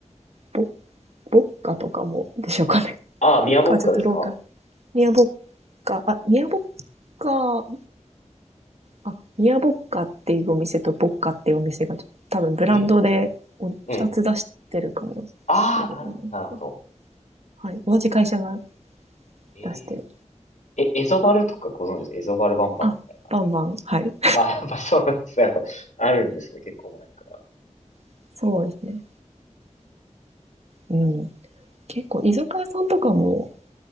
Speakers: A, on the right (about 60°); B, on the left (about 75°).
A: ボッ、ボッカとかもでしょうかね。
B: ああ、宮ぼっかですか
A: ボッカはちょっとローカル。ニアボッカ、あ、ニアボッカ、んあ、ミアボッカっていうお店とボッカっていうお店が、多分ブランドでお二つ出してるかもしれない
B: えええ。ああ、なるほど、なるほど。
A: です。はい。同じ会社が
B: ええ。
A: 出してる。
B: え、エゾバルとかご存知ですエゾバルバンバンみたい
A: あ、バンバン。はい。
B: な。あ、やっぱそうなんですね。やっぱあるんですね、結構前から。
A: <laughs> そうですね。うん。結構、居酒屋さんとかも、